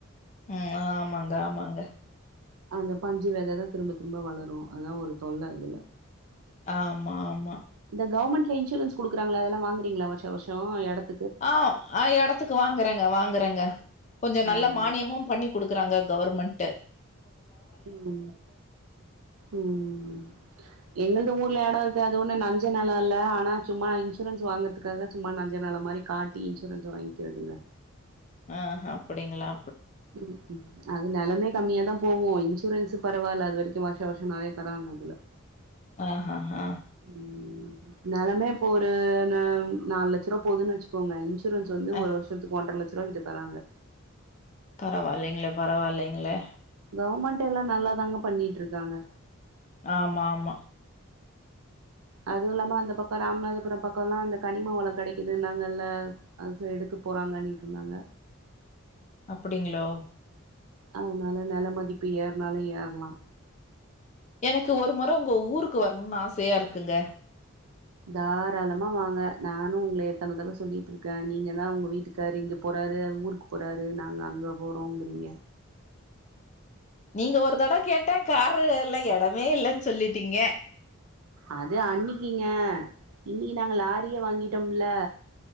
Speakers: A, on the left; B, on the right.
A: உம் ஆமாங்க ஆமாங்க
B: அந்த பஞ்சு வெத தா திரும்ப திரும்ப வளரு அதா ஒரு தொல்ல அதுல
A: ஆமா ஆமா
B: இந்த கவர்மெண்ட்ல இன்சூரன்ஸ் குடுக்கறாங்கள அதெல்லா வாங்கறீங்களா வருஷ வருஷோ எடத்
A: ஆஹ் எடத்துக்கு வாங்கறேங்க வாங்கறேங்க கொஞ்சோ
B: ம்
A: நல்ல மானியமு பண்ணி குடுக்குறாங்க கவர்மெண்ட்டு
B: உம் உம் எங்கள்து ஓ எடோ இருக்கு அது ஒன்னு நஞ்ச நிலோ இல்ல ஆனா சும்மா இன்சூரன்ஸ் வாங்கறதுக்காக சும்மா நஞ்ச நிலோ மாரி காட்டி இன்சூரன்ஸ் வாங்கிக்கிறதுங்க
A: ஆஹ்ஹ அப்டிங்களா
B: உம் உம் அது நெலமே கம்மியா தா போவு இன்சூரன்ஸ் பரவால்ல அது வரிக்கு வருஷ வர்ஷோ நெறைய தராங்க அதுல
A: ஆஹ்ஹஹ
B: உம் நெலமே இப்போ ஒரு நாலு லட்ச ருபா போதுன்னு வச்சுக்கோங்க இன்சூரன்ஸ் வந்து
A: ஆ
B: ஒரு வருஷத்துக்கு ஒன்றர லட்ச ருபாகிட்ட தராங்க
A: பரவால்லைங்களே பரவால்லைங்களே
B: கவர்மெண்ட் எல்லா நல்லாதாங்க பண்ணிட்டு இருக்காங்க
A: ஆமா ஆமா
B: அதுவு இல்லாம அந்த பக்கோ ராமநாதபுரோ பக்கோ எல்லா அந்த கனிமவளோ கெடைக்குது நாங்கல்ல அது எடு போறாங்கண்ணிட்டு இருந்தாங்க
A: அப்டிங்களோ
B: அதனால நெல மதிப்பு ஏற்னாலு ஏற்லா
A: எனக்கு ஒரு மொற உங்க ஊருக்கு வரணும்னு ஆசையா இருக்குங்க
B: தாராளமா வாங்க நானு உங்கள எத்தன தடவ சொல்லிட்டு இருக்க நீங்க தா உங்க வீட்டுக்காரு இங்க போற றாரு ஊருக்கு போறாரு நாங்க அங்க போறோங்கிறீங்க
A: நீங்க ஒரு தடவ கேட்ட காருல்ல எடமே இல்லன்னு சொல்லிட்டீங்க
B: அது அன்னிக்கிங்க இன்னிக்கு நாங்க லாரியே வாங்கிட்டோம்ல